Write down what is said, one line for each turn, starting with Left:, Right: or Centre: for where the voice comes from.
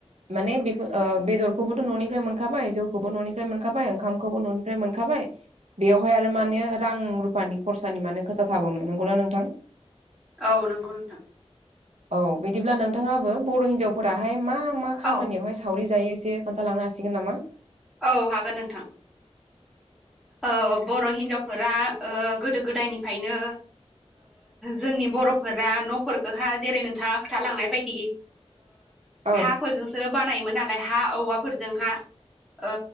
Right: माने बेफोर बेदरखौबोथ' न'निफ्राय मोनखाबाय जौखौबो न'निफ्राय मोनखाबाय ओंखामखौबो न'निफ्राय ओमफ्राय मोनखाबाय बेवहाय आरो माने रां रुफानि खरसानि माने खोथा थाबावनो नंगौना नोंथां।
Centre: औ नंगौ नोंथां।
Right: औ बिदिब्ला नोंथाङाबो बर' हिनजावफोराहाय मा मा खामानियावहाय
Centre: औ
Right: सावरि जायो एसे खोन्थालांनो हासिगोन नामा?
Centre: औ हागोन नोंथां औ बर' हिनजाव फोर गोदो गोदायनिफायनो जोंनि बर'फोरा न'फोरखौहा जेरै नोंथाङा खोथालांनाय बायदि
Right: औ
Centre: हाफोरजोंसो बानायोमोन नालाय हा औवाफोरजोंहा ओ